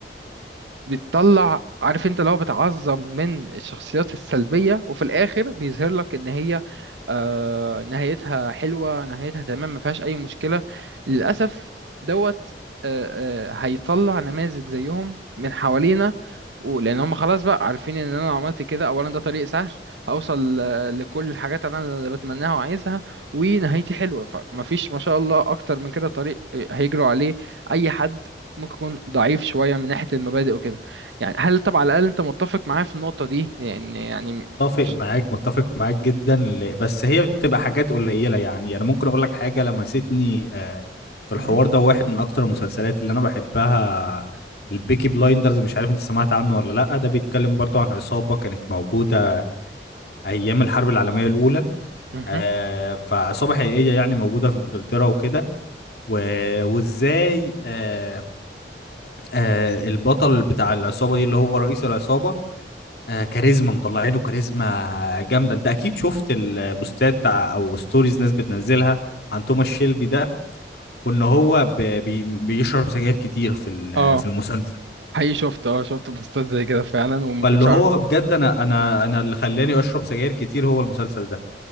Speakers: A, on the right; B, on the left.
A: بتطلع عارف انت لو بتعظم من الشخصيات السلبية وفي الآخر بيظهر لك ان هي آه نهايتها حلوة نهايتها تمام ما فيهاش أي مشكلة للأسف دوت آه آه هيطلع نماذج زيهم من حوالينا ولأن هم خلاص بقى عارفين إن أنا لو عملت كده أولا ده طريق سهل هوصل آه، لكل الحاجات أنا اللي بتمناها وعايزها ونهايتي حلوة فمفيش ما شاء الله أكتر من كده طريق آه، هيجروا عليه أي حد ممكن يكون ضعيف شوية من ناحية المبادئ وكده يعني هل طب على الأقل أنت متفق معايا في النقطة دي يعني يعني
B: متفق
A: مش...
B: معاك متفق معاك جدا ل- بس هي بتبقى حاجات قليلة يعني انا ممكن اقول لك حاجة لمستني آه، في الحوار
A: مهم.
B: ده واحد من اكتر المسلسلات اللي انا بحبها البيكي بلايندرز مش عارف انت سمعت عنه ولا لا ده بيتكلم برضو عن عصابة كانت موجودة ايام الحرب العالمية الاولى
A: مهم.
B: آه، فعصابة حقيقية يعني موجودة في انجلترا وكده و... وازاي آه، آه، البطل بتاع العصابة دي اللي هو رئيس العصابة آه، كاريزما مطلعينه كاريزما جامدة انت اكيد شفت البوستات ع- او ستوريز ناس بتنزلها عن توماس شيلبي ده وان هو ب... بي... بيشرب سجاير كتير في ال-
A: اه
B: في المسلسل
A: حقيقي شفت اه شفت بوستات زي كده فعلا وما
B: فاللي
A: كنتش
B: هو
A: اعرف
B: بجد انا انا انا اللي خلاني اشرب سجاير كتير هو المسلسل ده